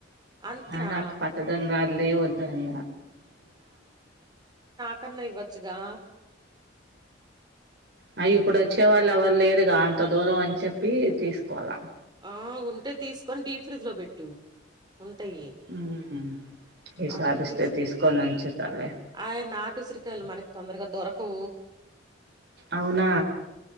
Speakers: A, on the right; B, on the right.
A: అంతేనా
B: ఆ నాకు పట్టదని రాదులే వద్దన్న
A: కర్ల ఇవ్వచ్చుగా
B: అ ఇప్పుడు వచ్చే వాళ్ళు ఎవరు లేరుగా అంత దూరం అని చెప్పి తీసుకోవాల
A: ఆ ఉంటే తీసుకొని డీ ఫ్రిడ్జ్ లో పెట్టు ఉంటాయి
B: మ్మ్ ఈసారిస్తే
A: అడుగు పిస్
B: తీసుకొని ఉంచుతాలే
A: ఆయి నాటు ఉసిరికాయి మనకి తొందరగా దొరక కో
B: అవునా